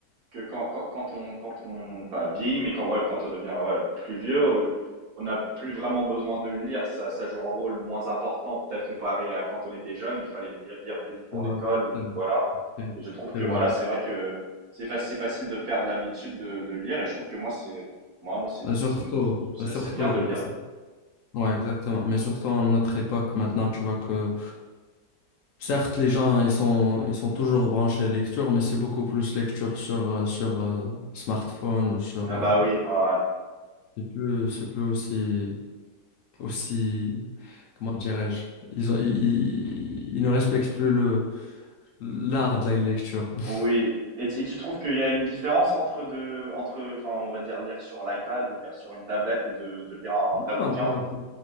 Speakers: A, on the right; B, on the left.
A: que quand, quand, quand on, quand on, pas vieillit, mais quand, ouais, quand on devient voilà, plus vieux, on n'a plus vraiment besoin de le lire. Ça, ça joue un rôle moins important, peut-être comparé à quand on était jeune. Il fallait lire, lire des livres pour
B: C'est vrai,
A: l'école ou
B: c'est vrai,
A: voilà.
B: c'est
A: Et je trouve
B: c'est
A: que
B: vrai.
A: voilà, c'est vrai que c'est fa- c'est facile de perdre l'habitude de, de lire. Et je trouve que moi, c'est moi, moi, c'est
B: Mais Surtout,
A: c'est une- ça-
B: surtout,
A: c'est bien de lire.
B: sur- ouais, exactement. Mais surtout à notre époque, maintenant, tu vois que, certes, les gens, ils sont, ils sont toujours branchés lecture, mais c'est beaucoup plus lecture sur, euh, sur euh, smartphone ou sur.
A: Ah
B: euh,
A: bah oui, ouais, ouais.
B: c'est plus, c'est plus aussi, aussi, comment dirais-je, ils, ont- ils, ils ne respectent plus le, l'art de la lecture. <laughs>
A: Oui. Et, tu- et tu trouves qu'il y a une différence entre de entre, enfin, on va dire lire sur l'iPad ou lire sur une tablette et de, de lire un
B: Non,
A: vrai bouquin?
B: pas, pas-